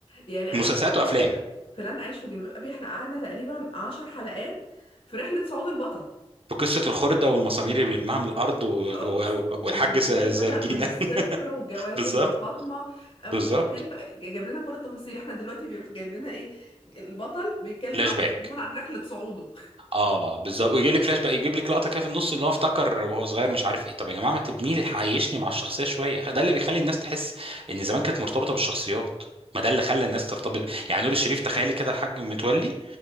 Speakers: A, on the left (about 55°); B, on the right (about 55°).
A: يعني
B: مسلسلات
A: انا فاكر
B: وافلام
A: فلان عايش في جلباب ابي احنا قعدنا تقريبا عشر حلقات في رحلة صعود البطل
B: في قصة الخردة والمسامير اللي بيلمها من الأرض و...
A: اه
B: و...
A: وإز-
B: والحاج
A: وازاي
B: س- زرجينة
A: بدأ من الصفر
B: <laughs>
A: وجوازه
B: بالظبط
A: من فاطمة اول
B: بالظبط
A: خلفة جاب لنا كل التفاصيل احنا دلوقتي بيروح جايب لنا ايه البطل بيتكلم
B: فلاش
A: معاه في
B: باك
A: التليفون عن رحلة صعوده
B: اه بالظبط ويجيب لك فلاش باك يجيب لك لقطة كده في النص اللي هو افتكر وهو صغير مش عارف ايه طب يا جماعة ما تبني لي عيشني مع الشخصية شوية ده اللي بيخلي الناس تحس إن زمان كانت مرتبطة بالشخصيات ما ده اللي خلى الناس ترتبط ب- يعني نور الشريف تخيلي كده الحاج متولي